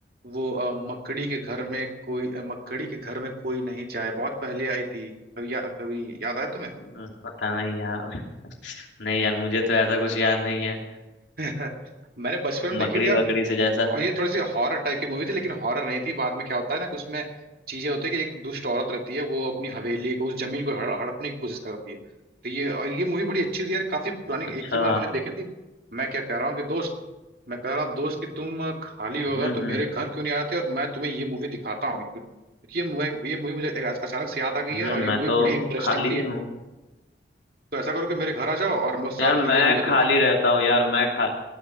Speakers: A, on the right (about 55°); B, on the left (about 80°).
A: वो अ, मकड़ी के घर में कोई अ, मकड़ी के घर में कोई नहीं जाए बहुत पहले आई थी कभी या, कभी याद आया तुम्हें
B: हम्म, पता नहीं यार नहीं यार मुझे तो ऐसा कुछ याद नहीं है
A: <laughs> मैंने बचपन में
B: मकड़ी
A: देखी थी यार
B: वकड़ी से जैसा
A: और ये थोड़ी सी हॉरर टाइप की मूवी थी लेकिन हॉरर नहीं थी बाद में क्या होता है ना कि उसमें चीजें होती है कि एक दुष्ट औरत रहती है वो अपनी हवेली को उस जमीन को हड़- हड़पने की कोशिश करती है तो ये और ये मूवी बड़ी अच्छी थी यार काफी पुरानी
B: अच्छा
A: एक ही बार मैंने देखी थी मैं क्या कह रहा हूँ कि दोस्त मैं कह रहा हूँ दोस्त कि तुम खाली हो
B: हम्म
A: अगर तो मेरे
B: हम्म
A: घर क्यों नहीं आते और मैं तुम्हें ये मूवी दिखाता हूँ क्योंकि ये मूवी ये मूवी मुझे अचानक से याद आ गई
B: हम्म
A: है और ये
B: मैं
A: मूवी
B: तो
A: बड़ी इंटरेस्टिंग
B: खाली
A: थी
B: हूँ
A: तो ऐसा करो कि मेरे घर आ जाओ और हम लोग साथ
B: यार मैं
A: मिलकर ये मूवी
B: खाली
A: देखते हैं
B: रहता हूँ यार मैं खा